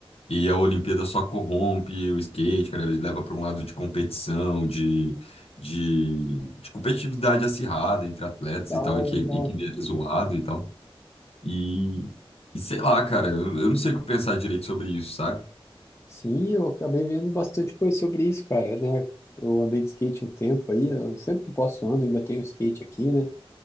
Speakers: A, on the left; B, on the left.
A: E a Olimpíada só corrompe o skate, cara, ele leva para um lado de competição, de, de, de competitividade acirrada entre atletas
B: Dá
A: e
B: uma-
A: tal, e que, e que é zoado e tal. E, e sei lá, cara, eu, eu não sei o que pensar direito sobre isso, sabe?
B: Sim, eu acabei vendo bastante coisa sobre isso, cara, né? Eu andei de skate um tempo aí, eu sempre que posso eu ando, ainda tenho skate aqui, né?